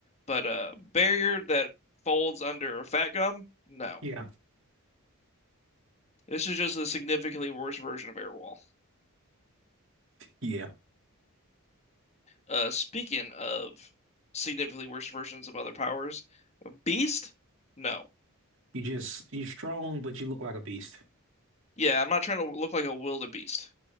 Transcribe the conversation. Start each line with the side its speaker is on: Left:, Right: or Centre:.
Left: but a barrier that folds under a Fat Gum, no.
Right: Yeah,
Left: This is just a significantly worse version of Airwall.
Right: yeah.
Left: Uh, speaking of significantly worse versions of other powers, Beast? No.
Right: You just you're strong, but you look like a beast.
Left: Yeah, I'm not trying to look like a wildebeest.